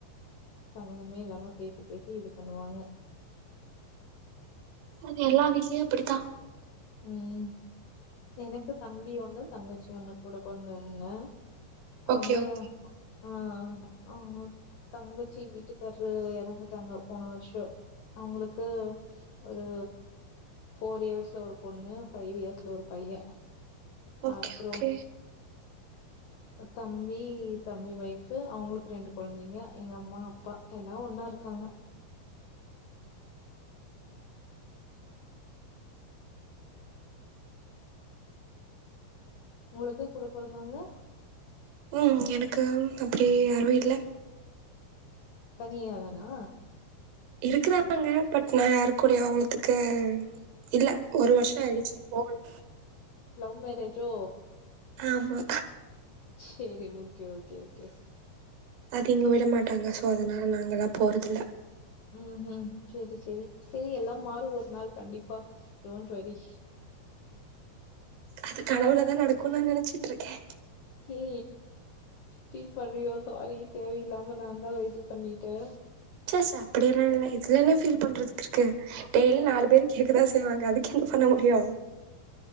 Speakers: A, on the left (about 75°); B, on the right (about 75°).
A: சம்மந்தமே இல்லாம பேசி பேசி இது பண்ணுவாங்க
B: அது எல்லா வீட்லியு அப்பிடித்தா
A: ம் எனக்கு தம்பி ஒன்னு தங்கச்சி ஒன்னு கூட பொறந்தவங்க அவுங்க
B: ஓகே ஓகே
A: ஆ ஆ தங்கச்சி வீட்டுக்கார்ரு எறந்துட்டாங்க போன வருசோ அவுங்களுக்கு ஒரு ஃபோர் இயர்ஸ் த்தா ஒரு பொண்ணு ஃபைவ் இயர்ஸ்ல ஒரு பையே
B: ஓகே
A: அப்புறோ
B: ஓகே
A: தம்பி தம்பி வைஃப் அவுங்களுக்கு ரெண்டு கொழந்தைங்க எங்க அம்மா அப்பா எல்லா ஒன்னா இருக்காங்க உங்களுக்கு கூட பொறந்தவங்க
B: ம் எனக்கு அப்பிடியே யாருமே இல்ல
A: தனியா தானா
B: இருக்கிறாங்க பட் நா யாருக்கூடயு அவ்ளத்துக்கு இல்ல ஒரு வருஷோ ஆயிடிச்சி போகனு
A: லவ் மேரேஜோ
B: ஆமா
A: சேரி ஓகே ஓகே ஓகே
B: அது இங்க விடமாட்டாங்க சோ அதனால நாங்கல்லா போறதில்ல
A: ம் ம் சேரி சேரி செரி எல்லா மாறு ஒரு நாள் கண்டிப்பா டோன்ட்வரி
B: அது கனவுலதா நடக்குன் நா நெனச்சிட்டு இருக்கே
A: ஏ ஃபீல் பண்றியோ சாரி தேவையில்லாம நா தா இது பண்ணிட்டே
B: ச்சஸ அப்பிடியெல்லா இல்ல இதுல என்ன ஃபீல் பண்றதுக்கு இருக்கு டெய்லி நாலு பேர் கேக்க தா செய்வாங்க அதுக்கு என்ன பண்ண முடியு